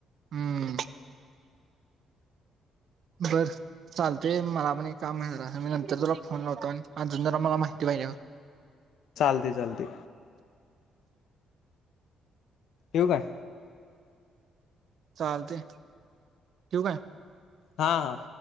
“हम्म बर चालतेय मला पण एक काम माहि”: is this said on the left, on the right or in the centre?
Right